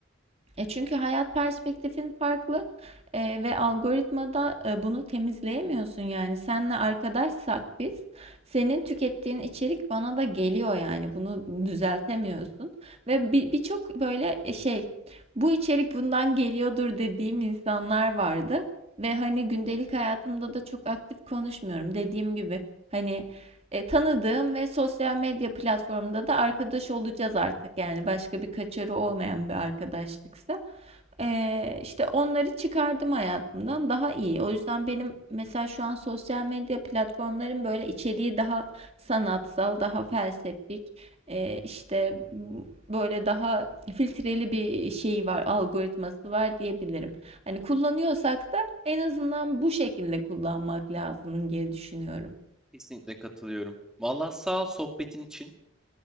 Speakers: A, on the right; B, in the centre.
A: E çünkü hayat perspektifin farklı e, ve algoritmada e, bunu temizleyemiyorsun yani. Senle arkadaşsak biz, senin tükettiğin içerik bana da geliyor yani. Bunu düzeltemiyorsun. Ve bir birçok böyle e, şey, bu içerik bundan geliyordur dediğim insanlar vardı. Ve hani gündelik hayatımda da çok aktif konuşmuyorum. Dediğim gibi hani e, tanıdığım ve sosyal medya platformunda da arkadaş olacağız artık. Yani başka bir kaçarı olmayan bir arkadaşlıksa. E, işte onları çıkardım hayatımdan daha iyi. O yüzden benim mesela şu an sosyal medya platformların böyle içeriği daha sanatsal, daha felsefik, e, işte böyle daha filtreli bir şey var, algoritması var diyebilirim. Hani kullanıyorsak da en azından bu şekilde kullanmak lazım diye düşünüyorum.
B: Kesinlikle katılıyorum. Vallahi sağ ol sohbetin için.